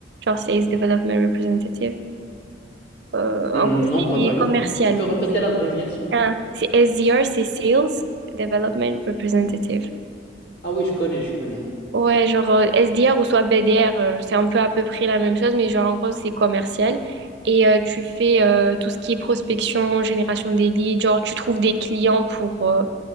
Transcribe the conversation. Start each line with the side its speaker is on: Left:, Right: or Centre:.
Right: genre Sales Development Representative. Euh,
Left: Hmm,
Right: en gros,
Left: non, pas
Right: c'est
Left: vraiment.
Right: commercial.
Left: Tu peux répéter l'abréviation?
Right: Hein, C'est SDR, c'est Sales Development Representative.
Left: Ah oui, je connais, je connais.
Right: Ouais, genre euh, SDR ou soit BDR, euh, c'est un peu à peu près la même chose, mais genre en gros c'est commercial. Et euh, tu fais euh, tout ce qui est prospection, génération des leads, genre tu trouves des clients pour, euh,